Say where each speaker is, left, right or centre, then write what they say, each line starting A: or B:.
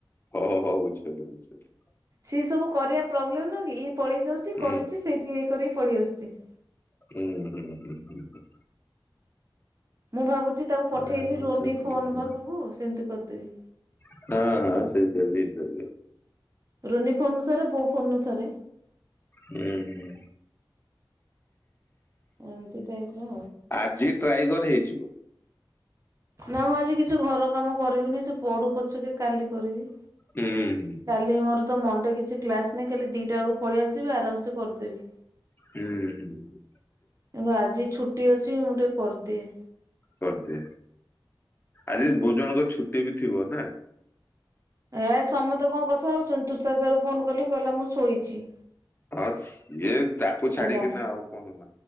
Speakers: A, on the left; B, on the right.
A: ହଉ ହଉ ବୁଝି ପାରିଲି ବୁଝି ପାରିଲି।
B: ସିଏ ସବୁ କରିବା ପ୍ରୋବ୍ଲେମ ନ ଇଏ ପଳେଇ ଯାଉଛି
A: ହୁଁ
B: କରୁଛି ସେଇଠି ଇଏ କରିକି ପଳେଇ ଆସୁଛି।
A: ହୁଁ ହୁଁ ହୁଁ ହୁଁ।
B: ମୁଁ ଭାବୁଛି ତାକୁ ପଠେଇବି
A: ହୁଁ
B: ରୋନି ଫୋନ
A: ହୁଁ ହୁଁ
B: ପାଖକୁ ସେମିତି କରିଦେବି।
A: ହଁ ହଁ ସେଇ <inaudible>
B: ରୋନି ଫୋନ୍ନ ଥରେ ବୋଉ ଫୋନ ନୁଥରେ
A: ହୁଁ ହୁଁ
B: ଏମିତି ଟାଇପ ର
A: ଆଜି ଟ୍ରାଏ କରେଇଛୁ
B: ନା ମୁଁ ଆଜି କିଛି ଘର କାମ କରିବିନି ସେ ପଡୁ ପଛକେ କାଲି କରିବି
A: ହୁଁ ହୁଁ
B: କାଲି ମୋର ତ ମନ ଟରେ କିଛି କ୍ଲାସ ନାହିଁ କାଲି ଦିଟା ବେଳକୁ ପଳେଇ ଆସିବି ଆରାମ ସେ କରିଦେବି
A: ହୁଁ ହୁଁଁ
B: କିନ୍ତୁ ଆଜି ଛୁଟି ଅଛି ମୁଁ ଟିକେ କରିଦିଏ
A: କରିଦିଏ ଆଜି ବହୁତ ଜଣଙ୍କ ଛୁଟି ବି ଥିବ ନା
B: ଏ ସମସ୍ତେ କଣ କଥା ହଉଛନ୍ତି ତୁଷାର ସାର୍ ରରୁ ଫୋନ କଲି କହିଲା ମୁଁ ଶୋଇଛି
A: ହଁ ଇଏ ତାକୁ
B: ହେଲା।
A: ଛାଡିକିନା ଆଉ କଣ